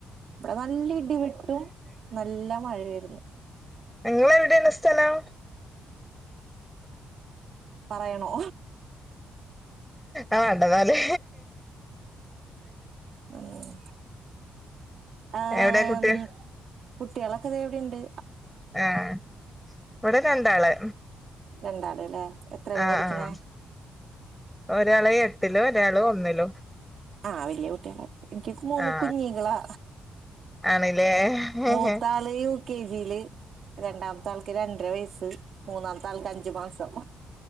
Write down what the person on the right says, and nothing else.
ഇബടെ നല്ല ഇടി വെട്ടും നല്ല മഴായിരുന്നു.
പറയണോ
ഉം ആഹ്
കുട്ടികളൊക്കെ ഇത് ഇവിടെയുണ്ട്.
രണ്ടാള് ല്ലേ എത്രേലാ
പഠിക്കണേ
ആഹ് വലിയ കുട്ടികളാ എനിക്ക് മൂന്ന്
കുഞ്ഞികളാ
മൂത്താള് കെ ജിയില് രണ്ടാമത്തെ ആൾക്ക് രണ്ടര വയസ്സ് മൂന്നാമത്തെ ആൾക്ക് അഞ്ചു മാസം